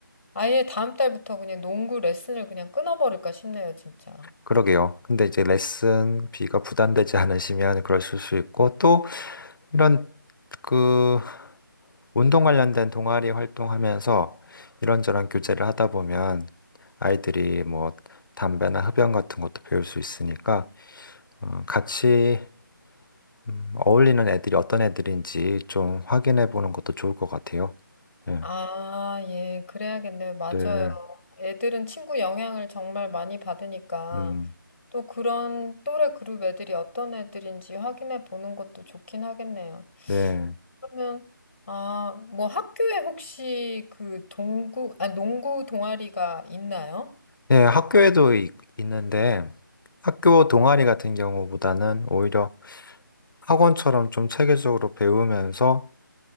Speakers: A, on the left; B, on the left.
A: 아예 다음 달부터 그냥 농구 레슨을 그냥 끊어버릴까 싶네요, 진짜.
B: 그러게요. 근데 이제 레슨비가 부담되지 않으시면 그러실 수 있고, 또 이런 그 운동 관련된 동아리 활동하면서 이런저런 교제를 하다 보면 아이들이 뭐 담배나 흡연 같은 것도 배울 수 있으니까, 어, 같이 음, 어울리는 애들이 어떤 애들인지 좀 확인해 보는 것도 좋을 것 같아요. 예,
A: 아, 예, 그래야겠네요. 맞아요.
B: 네,
A: 애들은 친구 영향을 정말 많이 받으니까
B: 음,
A: 또 그런 또래 그룹 애들이 어떤 애들인지 확인해 보는 것도 좋긴 하겠네요.
B: 네.
A: 그러면 아, 뭐 학교에 혹시 그 동구, 아, 농구 동아리가 있나요?
B: 네, 학교에도 이- 있는데 학교 동아리 같은 경우보다는 오히려 학원처럼 좀 체계적으로 배우면서